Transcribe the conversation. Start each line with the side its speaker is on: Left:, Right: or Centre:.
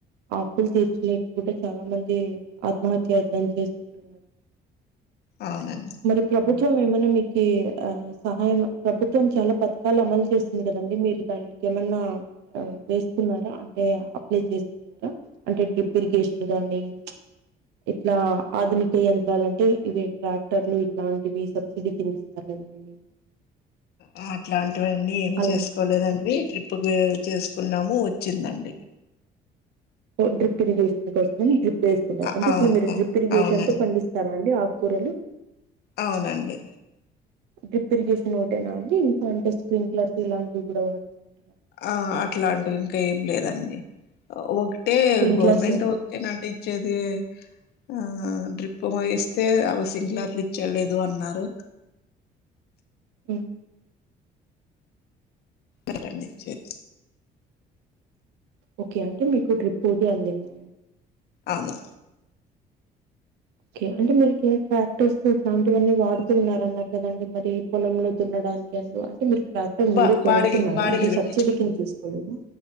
Right: అప్పులు తీర్చలేకపోతే చాలామంది ఆత్మహత్య యత్నం చేసుకుంటు
Left: అవునండి
Right: మరి ప్రభుత్వం ఏమైనా మీకు ఆ సహాయం ప్రభుత్వం చాలా పథకాలు అమలు చేసింది కదండి మీరు దానికి ఏమన్నా ఆ వేసుకున్నారా అంటే అప్లై చేసుకు ఇంకా అంటే డిప్రికేషన్ గాని ఇట్లా ఆధునిక యంత్రాలు అంటే ఇవి ట్రాక్ సర్లే ఇట్లాంటివి సబ్సిడీ కింద ఇస్తారు కదండి
Left: ఆ అట్లాంటివన్నీ ఏమి
Right: అలా
Left: చేసుకోలేదండి ట్రిప్ చేసుకున్నాము వచ్చిందండి
Right: డ్రిప్ ఇరిగేషన్ కోసం డ్రిప్ వేస్తున్నారు
Left: అ
Right: అంటే
Left: అవును
Right: ఇప్పుడు మీరు
Left: అ
Right: డ్రిప్ ఇరిగేషన్
Left: అవునండి
Right: తో పండిస్తున్నారు ఇస్తారా అండి ఆకుకూరలు
Left: అవునండి
Right: డ్రిప్ ఇరిగేషన్ ఒకటేనా అండి ఇంకా అంటే స్క్రీన్ క్లర్క్ ఇలాంటివి కూడా అంట
Left: ఆ అట్లాంటివి ఇంకా ఏం లేదండి ఒకటే
Right: స్ప్రింక్లర్స్
Left: గవర్నమెంట్
Right: ఏంటి?
Left: ఇలాంటి ఇచ్చేది ఆ డ్రిప్ ఇస్తే అవ సిక్ల క్లాట్లు ఇచ్చేది లేదన్నారు.
Right: ఉమ్
Left: ఎవరండీ ఇచ్చేది
Right: ఓకే అంటే మీకు ట్రిప్ రూట్ అందేమో
Left: అవును
Right: ఓకే అంటే మీరికి కార్టూన్స్ ఇలాంటివన్నీ వాడుతూ ఉన్నారన్నారు కదండి మరి పొలంలో దున్నడానికి అందు అంటే మీరు ట్రాక్టర్ మీరే
Left: బా
Right: కొనుక్కున్నారు
Left: బాడీలు బాడీలు
Right: అంటే
Left: పెట్టించుకుంట
Right: సబ్సిడీ కింద తిసుకోలేదు